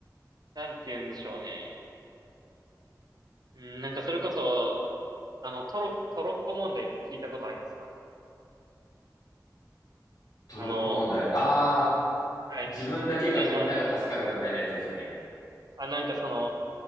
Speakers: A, on the right; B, on the left.
A: なんて言うんでしょうね。うん、なんかそれこそ、あの、トロ、トロッコ問題って聞いたことありますか
B: トロッコ問題。
A: あの、
B: ああ、
A: はい。
B: 自分だけかみんなが助かるかみたいなやつですかね。
A: で、あ、あ、なんかその、